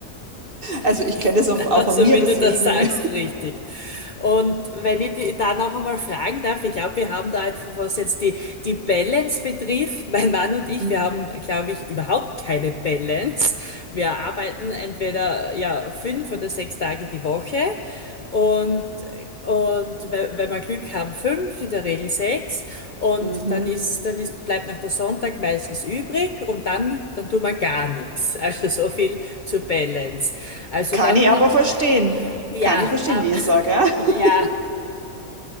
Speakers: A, on the right; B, on the left.
A: Also
B: <laughs>
A: ich kenne das auch,
B: Genauso
A: auch von mir,
B: wie
A: deswegen.
B: du das sagst, richtig. Und wenn ich die da noch einmal fragen darf, ich glaube, wir haben da einfach, was jetzt die, die Balance betrifft, mein Mann und ich,
A: <laughs>
B: wir haben, glaube ich, überhaupt keine Balance. Wir arbeiten entweder, ja, fünf oder sechs Tage die Woche und, und we- wenn wir Glück haben, fünf, in der Regel sechs und
A: Mhm.
B: dann ist, dann ist, bleibt noch der Sonntag meistens übrig und dann, dann tun wir gar nichts. Also so viel zur Balance. Also
A: Kann
B: dann,
A: ich aber verstehen.
B: ja,
A: Kann ich verstehen,
B: ab-
A: Lisa, gell?
B: <laughs> ja.
A: <laughs>